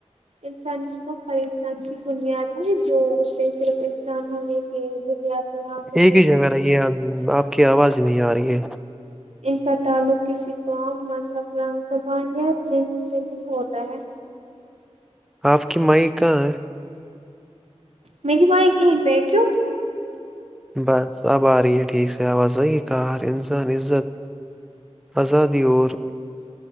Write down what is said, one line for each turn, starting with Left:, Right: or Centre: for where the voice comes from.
Right: انسانیوں کو ہر انسان کی بنیاد ہے جو اس سے صرف انسان ہونے کی بنیاد پر حاصل
Centre: ایک
Right: ہوتی
Centre: ہی جگہ رہی ہے اب آپ کی آواز نہیں آ رہی ہے
Right: ان کا تعلق کسی قوم مذہب رنگ زبانیا جن سے نہیں ہوتا ہے
Centre: آپ کی مائی کہاں ہے
Right: میری مائ کہیں پہ کیوں
Centre: بس اب آ رہی ہے ٹھیک سے آ صحیح کہ انسان عزت آزادی اور